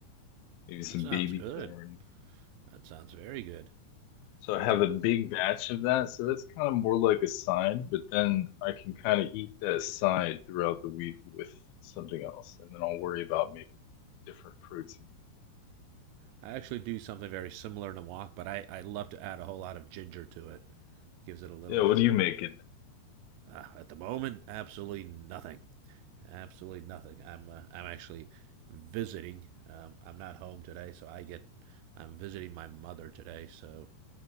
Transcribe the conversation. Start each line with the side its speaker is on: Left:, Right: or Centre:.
Left: maybe
Right: That
Left: some
Right: sounds
Left: baby
Right: good.
Left: corn.
Right: That sounds very good.
Left: So I
Right: Yeah.
Left: have a big batch of that. So that's kind of more like a side, but then I can kind of eat that side throughout the week with something else, and then I'll worry about making different protein.
Right: I actually do something very similar in a wok, but I, I love to add a whole lot of ginger to it. Gives it a little.
Left: Yeah, what
Right: Uh,
Left: do you make in
Right: uh, at the moment, absolutely nothing. Absolutely nothing. I'm uh, I'm actually visiting. Um, I'm not home today, so I get. I'm visiting my mother today, so